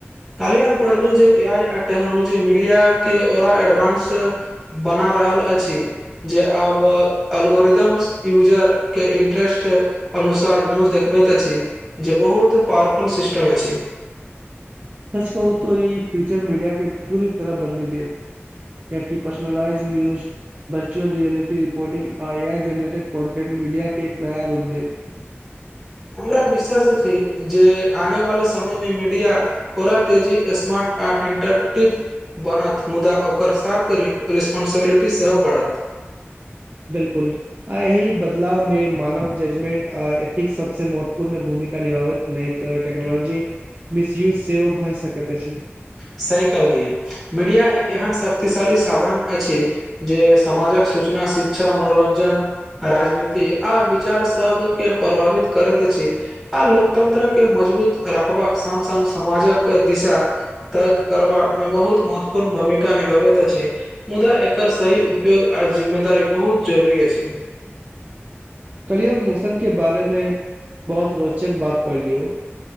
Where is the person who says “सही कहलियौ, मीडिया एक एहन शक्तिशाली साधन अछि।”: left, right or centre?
Centre